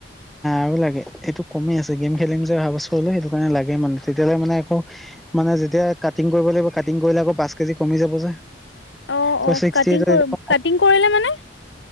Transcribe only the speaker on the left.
অ
অ
কাটিং কাটিং কৰিলে মানে।